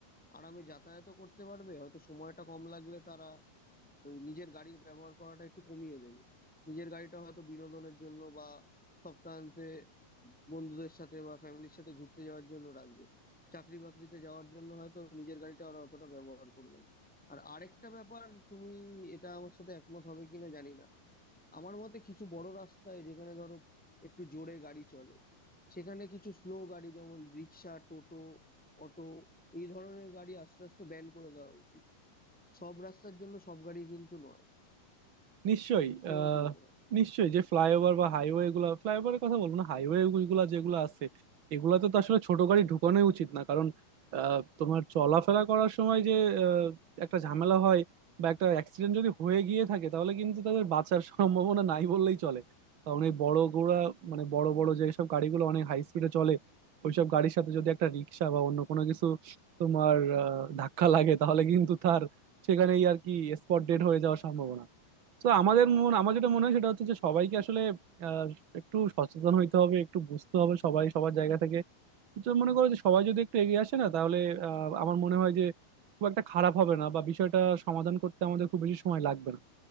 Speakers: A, in the centre; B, on the right.
A: আরামে যাতায়াতও করতে পারবে হয়তো সময়টা কম লাগলে তারা ওই নিজের গাড়ির ব্যবহার করাটা একটু কমিয়ে দেবে নিজের গাড়িটা হয়তো বিনোদনের জন্য বা সপ্তাহান্তে বন্ধুদের সাথে বা ফ্যামিলির সাথে ঘুরতে যাওয়ার জন্য রাখবে চাকরি বাকরিতে যাওয়ার জন্য হয়তো নিজের গাড়িটা ওরা অতটা ব্যবহার করবে না আর আরেকটা ব্যাপার তুমি এটা আমার সাথে একমত হবে কিনা জানি না আমার মতে কিছু বড় রাস্তায় যেখানে ধরো একটু জোরে গাড়ি চলে সেখানে কিছু স্লো গাড়ি যেমন রিক্সা টোটো অটো এই ধরনের গাড়ি আস্তে আস্তে ব্যান করে দেওয়া উচিত সব রাস্তার জন্য সব গাড়ি কিন্তু নয়
B: নিশ্চয়ই
A: তোমার
B: আহ
A: কি মনে হয়
B: নিশ্চয়ই যে ফ্লাইওভার বা হাইওয়ে গুলা ফ্লাইওভারের কথা বলবো না হাইওয়ে গুলা যেগুলো আছে এগুলাতে তো আসলে ছোট গাড়ি ঢুকানোই উচিত না কারণ আহ, তোমার চলাফেরা করার সময় যে আহ, একটা ঝামেলা হয় বা একটা অ্যাক্সিডেন্ট যদি হয়ে গিয়ে থাকে তাহলে কিন্তু তাদের বাঁচার সম্ভাবনা নাই বললেই চলে কারণ এই বড় গোড়া মানে বড় বড় যেসব গাড়িগুলো অনেক হাই স্পিডে চলে ওইসব গাড়ির সাথে যদি একটা রিক্সা বা অন্য কোনো কিছু তোমার আহ, ধাক্কা লাগে তাহলে কিন্তু তার সেখানেই আর কি স্পট ডেড হয়ে যাওয়ার সম্ভাবনা তো আমাদের মন আমার যেটা মনে হয় সেটা হচ্ছে যে সবাইকে আসলে আহ, একটু সচেতন হইতে হবে একটু বুঝতে হবে সবাই সবার জায়গা থেকে তো মনে করো যে সবাই যদি একটু এগিয়ে আসে না তাহলে আহ, আমার মনে হয় যে খুব একটা খারাপ হবে না বা বিষয়টা সমাধান করতে আমাদের খুব বেশি সময় লাগবে না